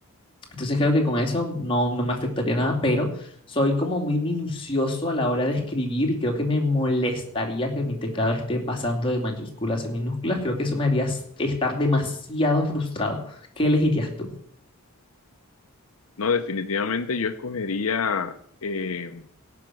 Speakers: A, on the left (about 25°); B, on the left (about 65°).
A: Entonces creo que con eso no, no me afectaría nada, pero soy como muy minucioso a la hora de escribir y creo que me molestaría que mi teclado esté pasando de mayúsculas a minúsculas. Creo que eso me haría s- estar demasiado frustrado. ¿Qué elegirías tú?
B: No, definitivamente yo escogería, eh,